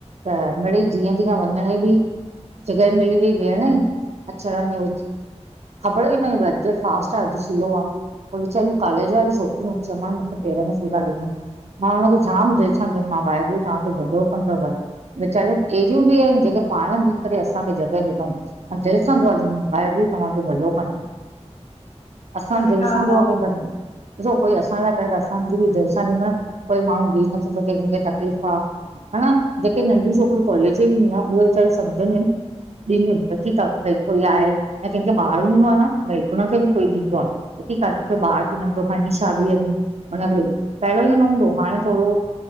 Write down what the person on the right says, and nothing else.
त मिड़े जीअं जीअं वञण बि। जॻह मिली हुई भेण अचण में। ख़बर हिन वेद फास्ट आहे अज स्लो आ। पो वीचारी कॉलेज वारूं छोकिरियूं चमा मूंखे पेर में सूर आ ॾिनयूं। मां हुनखे जाम दिल सां चंयोमांव वाहेगुरू तांजो जो भलो कंदव। विचारूं एहिड़ियूं बि आहिन, जेके पाण बीह करे असांखे जॻह ॾिनऊ। जे असां अॼु मबाइब तव्हांजो भलो कंद। असां
दिलि
सां दुआ
कंदासि, ॾिसो कोई असां ल करे त अ सा दिल ॾीदा, कोई माण्हू भी नथो सघे कंहिंखे तकलीफ़ आ। हन जेके नंढियूं छोकिरियूं कॉलेज जू हुअन उवे वेचारू सम्झंदियूं आहिनि। ॾींदीनि त ठीकु आहे भई कोई आहे या कंहिंखे ॿार हूंदो आहे न भई हुनखे बि कोई ॾींदो आ। त ठीकु आहे तोखे ॿार थी नंढो, खणी छा ॿी वञि। हुनखे, पहिरियों ईअं न हूंदो हाणे थोणो